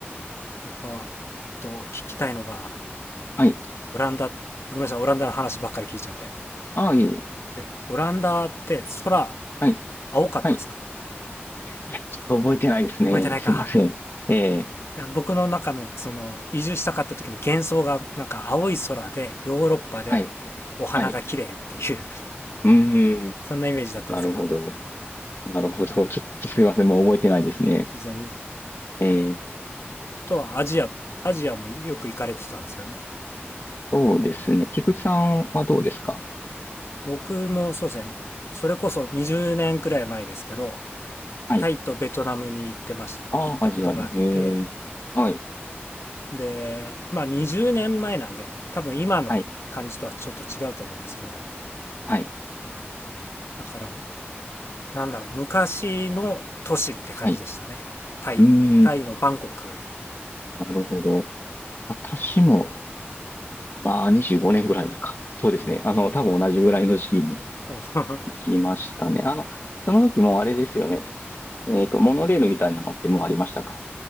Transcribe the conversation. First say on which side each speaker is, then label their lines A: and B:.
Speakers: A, on the left; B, on the left.
A: やっぱ、あと聞きたいのが、
B: はい。
A: オランダ、ごめんなさい、オランダの話ばっかり聞いちゃって。
B: ああ、いえいえ。
A: えオランダって空、
B: はい、
A: 青かったんですか
B: はい。いや、ちょっと覚えてないですね。
A: 覚えてないか。
B: すいません。ええ、
A: いや、僕の中の、その、移住したかった時の幻想が、なんか青い空で、ヨーロッパで、
B: はい、
A: お花が綺麗っていう
B: はい。うーん、
A: <laughs> そんなイメージだったんですよ。
B: なるほど。なるほど。ちょっとすいません。もう覚えてないですね。
A: そうですね。
B: ええ、
A: あとはアジア、アジアもよく行かれてたんですよね。
B: そうですね。菊池さんはどうですか
A: 僕もそうですね、それこそ20年くらい前ですけど、
B: はい。
A: タイとベトナムに行ってまし、
B: ああ、
A: 行ったことがあって、
B: アジアに。へえ。はい。
A: で、まあ20年前なんで、多分今の感じとはちょっと違うと思うんですけど、
B: はい。はい。
A: だから、なんだろう、昔の都市って感じでしたね。
B: はい。
A: タイ、
B: うーん。
A: タイのバンコク。
B: なるほど。私も、まあ、25年ぐらい前か。そうですね。
A: うん、
B: あの、多分同じぐらいの時期に
A: お <laughs>
B: 行きましたね。あの、その時もあれですよね。えっと、モノレールみたいなのってもうありましたか